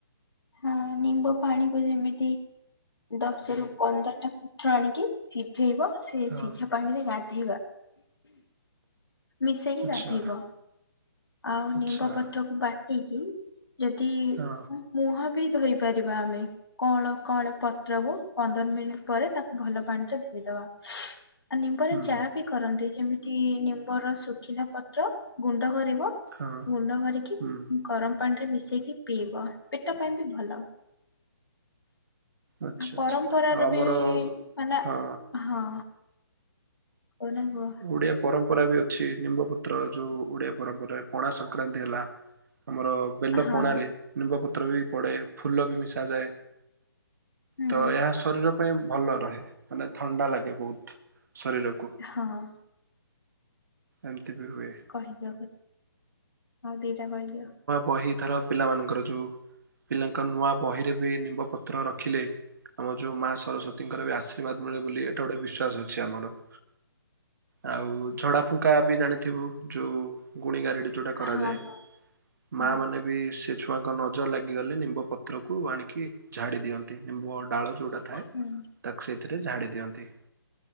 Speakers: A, on the left (about 80°); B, on the right (about 50°).
A: ହଁ ନିମ୍ବ ପାଣିକୁ ଯେମିତି। ଦଶ ରୁ ପନ୍ଦରଟା ତ୍ର ଆଣିକି ସିଝେଇବ। ସେ
B: ହଁ
A: ସିଝା ପାଣିରେ ଗାଧେଇବା। ମିଶେଇକି
B: ଆଚ୍ଛା।
A: ଗାଧେଇବ ଆଉ
B: ଆଚ୍ଛା
A: ନିମ୍ବ ପତ୍ରକୁ ବାଟିକି। ଯଦି
B: ହଁ
A: ମୁହଁ ବି ଧୋଇ ପାରିବା ଆମେ। କଅଁଳ କଅଁଳ ପତ୍ରକୁ ପନ୍ଦର ମିନିଟ ପରେ ତାକୁ ଭଲ ପାଣିରେ ଧୋଇଦବା। ଆଉ ନିମ୍ବରେ
B: ହୁଁ
A: ଚାହା ବି କରନ୍ତି ଯେମିତି ନିମ୍ବର ଶୁଖିଲା ପତ୍ର ଗୁଣ୍ଡ କରିବ।
B: ହଁ
A: ଗୁଣ୍ଡ କରିକି
B: ହୁଁ
A: ଗରମ ପାଣି ରେ ମିଶେଇକି ପିଇବ ପେଟ ପାଇଁ ବି ଭଲ।
B: ଆଚ୍ଛା
A: ଆଉ ପରମ୍ପରାର
B: ଆଚ୍ଛା ଆଉ ଆମର
A: ବି ମାନେ
B: ହଁ
A: ହଁ। କହୁନା କୁହ।
B: ଓଡିଆ ପରମ୍ପରା ବି ଅଛି ନିମ୍ବପତ୍ର ଯୋଉ ଓଡିଆ ପରମ୍ପରା ପଣା ସଂକ୍ରାନ୍ତି ହେଲା। ଆମର ବେଲ
A: ହଁ
B: ପଣାରେ ନିମ୍ବ ପତ୍ର ବି ପଡେ ଫୁଲ ବି ମିଶା ଯାଏ।
A: ହୁଁ
B: ତ ଏହା ଶରୀର ପାଇଁ ଭଲ ରହେ ମାନେ ଥଣ୍ଡା ଲାଗେ ବହୁତ ଶରୀରକୁ।
A: ହଁ।
B: ଏମତି ବି ହୁଏ।
A: କହିଦବ ଆଉ ଦିଟା କରିଦିଅ।
B: ବହି ଧର ପିଲାମାନଙ୍କର ଯୋଉ ପିଲାଙ୍କ ନୂଆ ବହିରେ ବି ନିମ୍ବ ପତ୍ର ରଖିଲେ। ଆମର ଯୋଉ ମା ସରସ୍ଵତୀଙ୍କର ବି ଆଶୀର୍ବାଦ ମିଳେ ବୋଲି ଏଇଟା ଗୋଟେ ବିଶ୍ଵାସ ଅଛି ଆମର। ଆଉ ଝଡା ଫୁଙ୍କା ବି ଜାଣିଥିବୁ ଯୋଉ ଗୁଣି ଗାରେଡି ଯୋଉଟା କରାଯାଏ।
A: ହଁ ହଁ
B: ମା
A: ହଁ
B: ମାନେ ବି ସେ ଛୁଆଁଙ୍କ ନଜର ଲାଗିଗଲେ ନିମ୍ବ ପତ୍ରକୁ ଆଣିକି ଝାଡ଼ି ଦିଅନ୍ତି ନିମ୍ବୁ ଡାଳ ଯଉଟା ଥାଏ।
A: ହୁଁ।
B: ତାକୁ ସେଥିରେ ଝାଡ଼ି ଦିଅନ୍ତି।